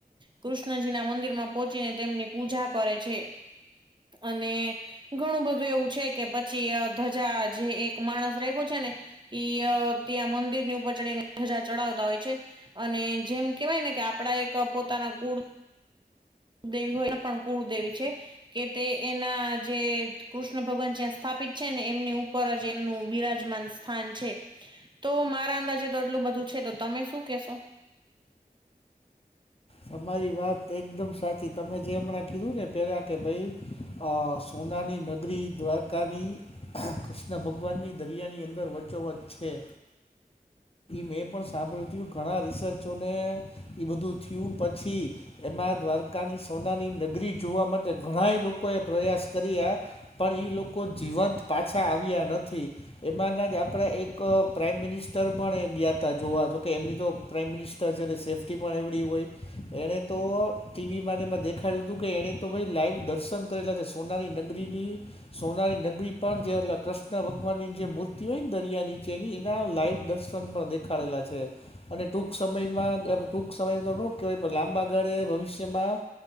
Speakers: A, on the right; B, on the left.
A: કૃષ્ણજી ના મંદિર માં પહોંચીને તેમની પૂજા કરે છે અને ઘણું બધું એવું છે કે પછી અ ધજા જે એક માણસ રાયખો છે ને ઈ ત્યાં મંદિર ની ઉપર ધજા ચડાવતા હોય છે અને જેમ કેવાય ને કે આપડા એક પોતાના કુળ દેવી હોયના પણ કુળદેવી છે કે તે એના જે કૃષ્ણ ભગવાન જ્યાં સ્થાપિત છે ને એમની ઉપર જ એમનું બિરાજમાન સ્થાન છે તો મારા અંદાજે તો આટલું બધું છે તો તમે શું કેશો
B: તમારી વાત એકદમ સાચી તમે જે હમણાં કીધું ને પેલા કે ભાઈ અ સોનાની નગરી દ્વારકાની કૃષ્ણ ભગવાનની દરિયાની અંદર વ વચો વચ્ છેે
A: <inaudible>
B: મેં પણ સાંભળ્યું તું ઘણા રિસર્ચોને એ બધું થયું પછી એમાં દ્વારકાની સોનાની નગરી જોવા માટે ઘણાય લોકોએ પ્રયાસ કર્યા પણ ઈ લોકો જીવંત પાછા આવ્યા નથી એમાંના જ આપણે એક એક પ્રાઇમ મિનિસ્ટર પણ એ ગયા ત જોવા જોકે એમની તો પ્રાઇમ મિનિસ્ટર છે સેફ્ટી પણ એવડી હોય એણે તો ટીવી મા મને મા દેખાડુ હતું કે એને તો ભાઈ લાઈવ દર્શન કરેલા છે સોનાની નગરીની સોનારી નગરી પણ જે કૃષ્ણ ભગવાનની જે મૂર્તિ હોય ને દરિયા નીચેની એના લાઈવ દર્શન ન પણ દેખાડેલા છે અને ટૂંક સમયમાં ટૂંક સમયમાં તો કે ભય લાંબા ગાળે ભવિષ્યમાં